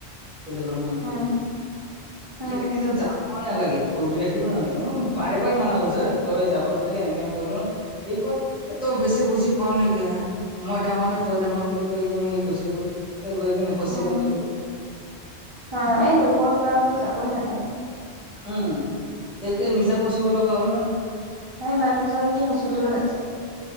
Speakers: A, in the centre; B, on the right.
A: ছোৱালী ঘৰৰ মানুহ
B: উম,
A: কিতো
B: উম'
A: কেতে কেত যাবই নালাগে, ঘূৰি ৰাখিব নালাগে মই বাৰে বাৰে মানা কৰিছ তই যাব নালাগে এনেকে সি কয় এ তই বেছি বুজি পাওঁ নেকি হা মই ডাঙৰ নে তই ডাঙৰ বুলি কৈ কিনে সি গুচি গ'ল, তই গৈ কিনে ফচিব
B: উম,
A: লাগিব।
B: অ' এই লোকৰ কিবা হ'লেও যাবই নালাগে।
A: উম' তেতিয়া নিজে ফচিব লগা হ'ল মান
B: হে মানুহজন কি হস্পিতেলত আছে?